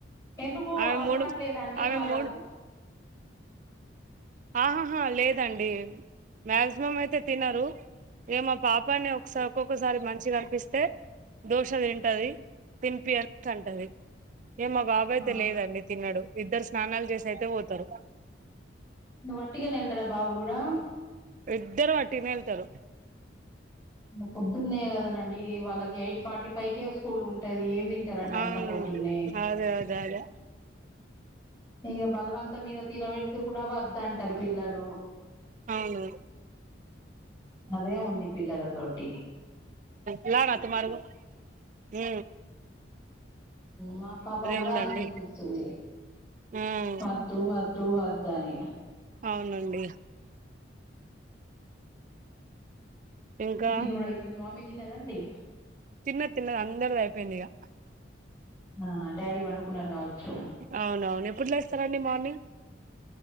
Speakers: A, on the left; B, on the right.
A: ఎందుకు
B: ఆమె
A: అలవాట్
B: మూడు
A: లేదాండి
B: ఆమె
A: వాళ్ళకు
B: మూడు ఆహాహా లేదండి మ్యాక్సిమం అయితే తినరు ఇగ మా పాప్ పని ఒక్స ఒక్కొక్కసారి మంచిగ అనిపిస్తే దోష తింటది తిన్పి అన్ కంటది. ఇగ మా బాబు అయితే
A: ఆ
B: లేదండి తిన్నడు ఇద్దరు స్నానాలు చేసి అయితే పోతరు.
A: వట్టిగానేె ఎల్తాడ బాబు గుడా
B: ఇద్దరు వట్టిగనే ఎల్తారు
A: పొద్దున్నే గదా నండి వాళ్ళకి ఎయిట్ ఫార్టీ టి ఫైవ్ కే స్కూల్ ఉంటది. ఏం తింటారు అండీ. అంత
B: అవును
A: పొద్దున్నే
B: అదే అదే అదే
A: ఇగ బలవంత మీద తినబెడితే కూడా వద్దు అంటరు. పిల్లలు
B: అవును
A: అదే ఉంది పిల్లల తోటి
B: ఎలా నాతు మారుగు హ్
A: మా పాప గుడా
B: ఉందండి
A: అట్లే చేస్తుంది.
B: ఉమ్
A: వద్దు వద్దు వద్దనీ
B: అవునండి ఇంకా
A: మీ తినుడు అయిపోయింది. మ మమ్మీ తిన్నదండి.
B: తిన్న తిన్నది అందరిది అయిపోయింది. ఇగా
A: ఆహా డాడీ పడుకున్నారు. కావచ్చు
B: అవున అవును ఎప్పుడు లేస్తారండి. మార్నింగ్